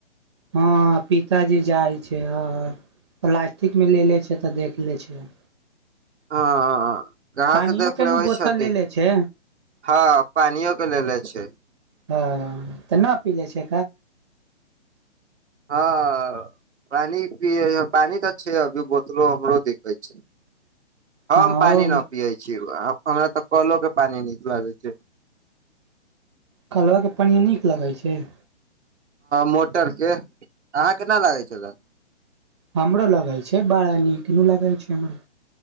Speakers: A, on the right; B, on the right.
A: हँ पिताजी जाइ छै प्लास्टिक मे ले छै तऽ देख ले छै <inaudible>
B: हँ घ
A: पानियो
B: से देख
A: के
B: लेबै
A: नु बोतल
B: छथि
A: लेले छै
B: हँ पानियो के लेने छै
A: ह तऽ नहि पी लै छै
B: हँ पानि पिय पानि त अ छै अभी दु बोत लो हमरो दि छैय हम
A: हँ ओमे
B: पानी नहि पियै छी। हमरा तऽ कलो के पानी निकलागै छैय।
A: कलह के पढ़ए नीक लगैत छैय।
B: मोटर के अहाँ केना लागै छल।
A: हमरो लगाय छै बारा नीक ने लगाय छै हमराे।